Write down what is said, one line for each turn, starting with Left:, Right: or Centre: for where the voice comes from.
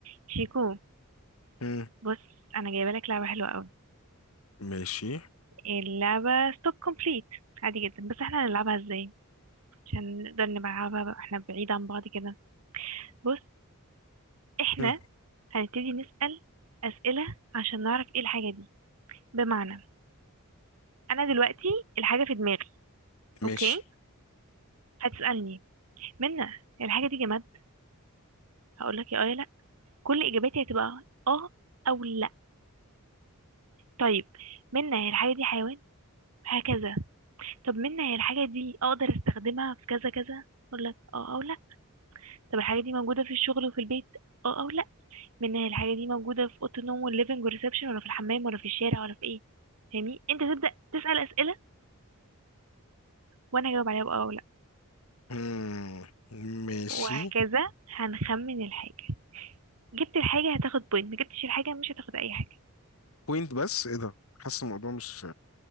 Right: شيكو
Left: مم.
Right: بص انا جايبه لك لعبه حلوه قوي
Left: ماشي
Right: اللعبه ستوب كومبليت عادي جدا بس احنا هنلعبها ازاي عشان نقدر نلعبها بقى احنا بعيد عن بعض كده بص احنا
Left: مم.
Right: هنبتدي نسأل اسئله عشان نعرف ايه الحاجه دي بمعنى انا دلوقتي الحاجه في دماغي
Left: ماشي
Right: اوكي هتسألني منى الحاجه دي جماد هقول لك يا اه يا لا كل اجاباتي هتبقى اه او لا طيب منى هي الحاجه دي حيوان هكذا طب منى هي الحاجه دي اقدر استخدمها في كذا كذا اقول لك اه او لا طب الحاجة دي موجودة في الشغل وفي البيت اه او لا منها الحاجة دي موجودة في أوضة النوم والليفنج والريسبشن ولا في الحمام ولا في الشارع ولا في ايه فاهمني انت تبدأ تسأل أسئلة وانا هجاوب عليها بأه او لا
Left: مم. ماشي
Right: وهكذا هنخمن الحاجة جبت الحاجة هتاخد بوينت ما جبتش الحاجة مش هتاخد أي حاجة
Left: بوينت بس ايه ده حاسس الموضوع مش